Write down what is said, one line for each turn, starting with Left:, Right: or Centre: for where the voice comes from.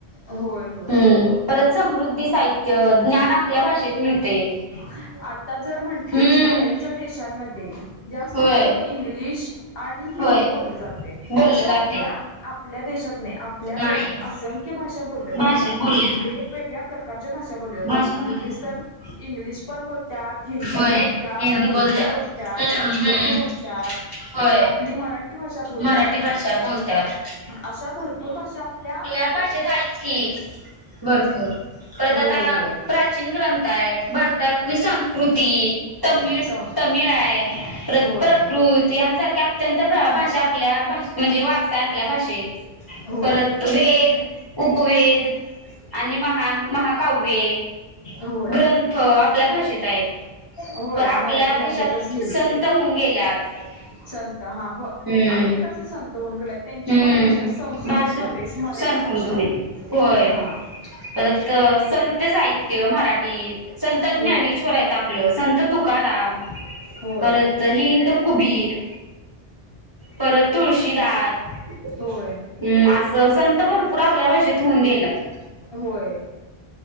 Left: होय होय
Right: हम्म, परत समृद्धी साहित्य ज्ञान आपल्या भाषेत मिळते.
Left: आता जर म्हंटलीस
Right: हम्म
Left: बाहेरच्या देशांमध्ये जास्त
Right: होय
Left: करून इंग्लिश आणि हिंदी
Right: होय
Left: बोले जाते
Right: बोललं
Left: तस
Right: जाते
Left: आपल्या आपल्या देशात नाही आपल्या
Right: नाही
Left: देशात असंख्य भाषा बोलल्या जातात
Right: भाषेत बोलल्या जाते.
Left: वेगवेगळ्या प्रकारच्या भाषा बोलेल्या जातात
Right: भाषा
Left: म्हंटलीस
Right: बोलली जाते
Left: तर इंग्लिश पण बोलतात हिंदी
Right: होय
Left: बोलत्यात,
Right: हिंदी
Left: उर्दू
Right: बोलतात.
Left: बोलत्यात,
Right: हम्म
Left: संस्कृती
Right: हम्म
Left: बोलत्यात,
Right: होय
Left: आपली मराठी भाषा बोलत्यात
Right: मराठी भाषा बोलतात.
Left: अशा भरपूर भाषा आपल्या
Right: भाशेत आहेच की भरपूर. परत
Left: होय
Right: आता
Left: होय
Right: प्राचीन ग्रंथ आहेत, भारतातली संस्कृती, तमिळ
Left: संस्कृत
Right: तमिळ आहे
Left: आहे
Right: प्र प्रकृत यांसारख्या अत्यंत भाषा आपल्या भाष म्हणजे वारसा आपल्या भाषेत
Left: होय
Right: परत वेद, उप वेद आणि महान महाकाव्य,
Left: होय
Right: ग्रंथ आपल्या भाषेत आहेत.
Left: होय
Right: पण आपल्या
Left: मराठी
Right: देशात
Left: भाषेतच लिहिलेले
Right: संत
Left: आहेत.
Right: होऊन गेल्यात
Left: संत हा ब
Right: हम्म
Left: अनेक असं संत होऊन गेलेत त्यांची
Right: हम्म
Left: पण भाषा संस्कृतमध्ये
Right: भाषा
Left: स्मर मराठी
Right: संस्कृतली
Left: भाषा होती
Right: होय
Left: हा.
Right: परत संत साहित्य मराठीत, संत
Left: होय
Right: ज्ञानेश्वर आहेत. आपलं संत तुकाराम,
Left: होय
Right: परत हिंदड कुबीर, परत तुळशीदार, हम्म,
Left: होय
Right: असं संत भरपूर आपल्या भाषेत होऊन गेल्यात.
Left: होय